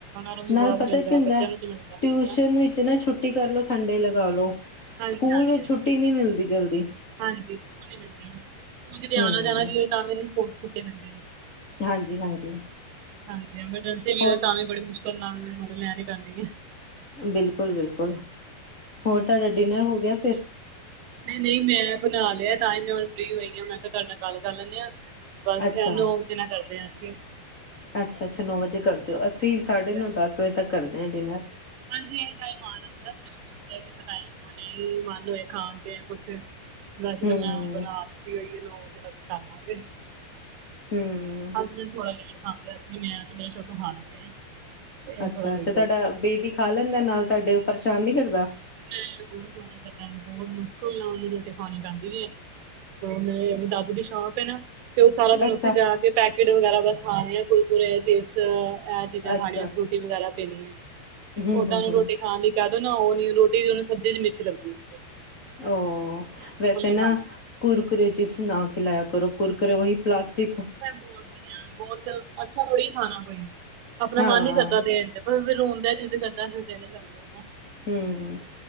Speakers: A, on the right; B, on the left.
A: ਨੂੰ ਵੀ
B: ਨਾਲ
A: ਬਹੁਤ
B: ਪਤਾ
A: ਮਿਲਦਾ
B: ਕੀ ਹੁੰਦਾ
A: ਬੱਚਿਆਂ ਨੂੰ ਤਾਂ ਮਿਲਦਾ ਹੁੰਦਾ
B: ਟਿਊਸ਼ਨ ਵਿੱਚ ਨਾ ਛੁੱ ਛੁੱਟੀ ਕਰਲੋ, ਸੰਡੇ ਲਗਾਲੋ,
A: ਹਾਂਜੀ
B: ਸਕੂਲ
A: ਹਾਂਜੀ
B: ਵਿੱਚ ਛੁੱਟੀ ਨਹੀਂ ਮਿਲਦੀ ਜਲਦੀ।
A: ਹਾਂਜੀ, ਸਕੂਲ ਨੀ ਮਿਲਦੀ, ਸਕੂਲ'ਚ ਤੇ ਆਣਾ-ਜਾਣਾ
B: ਹਮ
A: ਵੀ ਹੋਏ, ਤਾਂ ਵੀ ਸਕੂਲ'ਚ ਛੁੱਟੀ ਮਿਲਦੀ।
B: ਹਾਂਜੀ ਹਾਂਜੀ
A: ਹਾਂਜੀ, ਐਮਰਜੈਂਸੀ ਵੀ
B: ਹੋਰ
A: ਹੋਵੇ ਤਾਂ ਵੀ ਬੜੀ ਮੁਸ਼ਕਿਲ ਨਾਲ ਮਤਲਬ ਲੈਣੀ ਪੈਂਦੀ ਏ।
B: ਬਿਲਕੁਲ-ਬਿਲਕੁਲ, ਹੋਰ ਤੁਹਾਡਾ ਡਿਨਰ ਹੋਗਿਆ, ਫਿਰ?
A: ਨਹੀਂ-ਨਹੀਂ, ਮੈਂ ਬੁਣਾ ਲਿਆ ਤਾਂ ਹੀ ਮੈਂ ਹੁਣ ਫ੍ਰੀ ਹੋਈ ਹਾਂ, ਮੈਂ ਕਿਹਾ ਤੁਹਾਡੇ ਨਾਲ ਗੱਲ ਕਰ ਲੈਂਨੇ ਆ। ਬੱਸ
B: ਅੱਛਾ
A: ਐ ਨੌ ਵਜੇ ਨਾਲ ਕਰਦੇ ਆ, ਅਸੀਂ
B: ਅੱਛਾ-ਅੱਛਾ, ਨੌ ਵਜੇ ਕਰ ਦਿਓ, ਅਸੀਂ
A: ਹਾਂਜੀ
B: ਸਾਢੇ-ਨੌਂ,
A: ਹਾਂਜੀ
B: ਦੱਸ ਵਜੇ ਤੱਕ ਕਰਦੇ ਆਂ, ਡਿਨਰ।
A: ਹਾਂਜੀ, ਏ ਟਾਈਮ ਆ ਜਾਂਦਾ ਬਿਲ ਮਤਲਬ ਟਾਇਮ, ਨਹੀਂ ਮਨ ਹੋਏ ਖਾਣ ਤੇ ਕੁਛ। ਵੈਸੇ
B: ਹਮ
A: ਤੇ ''ਮੈਂ ਹੁਣ ਬਣਾਤੀ ਹੋਈ ਏ, ਨੋ ਵਜੇ ਤੱਕ ਕਰਾਂਗੇ।
B: ਹਮ
A: ਹਸਬੈਂਡ ਥੋੜਾ ਲੇਟ ਖਾਂਦੇ ਨੇ ''ਮੈਂ ਤੇ ਮੇਰੇ ਛੋਟੂ ਖਾ ਲੈਂਦੇ ਆ। ਤੇ ਇਹ
B: ਅੱਛਾ,
A: ਥੋੜਾ ਲੇਟ
B: ਤੇ ਤੁਹਾਡਾ
A: ਹੋ ਜਾਂਦਾ
B: ਬੇਬੀ ਖਾ ਲੈਂਦਾ ਨਾਲ ਤੁਹਾਡੇ, ਉਹ ਪਰਸ਼ਾਨ ਨਹੀ ਕਰਦਾ?
A: ਨਹੀਂ, ਬਹੁਤ ਜ਼ਿਆਦਾ ਪਤਾ ਬਹੁਤ ਮੁਸ਼ਕਿਲ ਨਾਲ ਉਹਨੂੰ ਰੋਟੀ ਖਾਣੀ ਪੈਂਦੀ ਹੈ। ਤੇ ਮੇਰੇ ਦਾਦੂ ਦੀ ਸ਼ੌਪ ਐ ਨਾ, ਤੇ ਉਹ ਸਾਰਾ ਦਿਨ
B: ਅੱਛਾ
A: ਉੱਥੇ ਜਾਕੇ ਪੈਕੇਟ ਵਗੈਰਾ ਬੱਸ ਖਾਣੇ ਆ ਕੁਰ-ਕੁਰੇ, ਚਿਪਸ ਐ ਚੀਜ਼ਾਂ
B: ਅੱਛਾ
A: ਖਾਣੀਆਂ ਆ ਫਰੂਟ ਵਗੈਰਾ ਪੈਣੀ ਏ,
B: ਹਮ
A: ਓਦਾਂ
B: ਹਮ
A: ਉਹਨੂੰ
B: ਹਮ
A: ਰੋਟੀ ਖਾਣ ਲਈ ਕਹਿਦੋ ਨਾ ਉਹ ਨੀ ਰੋਟੀ ਫਿਰ, ਉਹਨੂੰ ਸਬਜ਼ੀ'ਚ ਮਿਰਚ ਲੱਗਦੀ ਏ।
B: ਓ ਵੈਸੇ ਨਾ,
A: ਖਾਂਦਾ
B: ਕੁਰਕਰੇ ਚਿਪਸ ਨਾ ਖਿਲਾਇਆ ਕਰੋ, ਕੁਰਕਰੇ ਓਹੀ ਪਲਾਸਟਿਕ
A: ਹੋਰ ਨੀ ਆ, ਬਹੁਤ ਅੱਛਾ ਥੋੜੀ ਖਾਣਾ ਕੋਈ, ਆਪਣਾ
B: ਹਾਂ
A: ਮਨ ਨੀ ਕਰਦਾ ਦੇਣ ਤੇ। ਫਿਰ ਰੋਂਦੈ, ਜਿੱਦ ਕਰਦਾ ਫਿਰ ਦੇਣੇ ਪੈਂਦੇ ਏ ਨਾ।
B: ਹੰੰ ਹੰ ਹੰ ਹੰਮ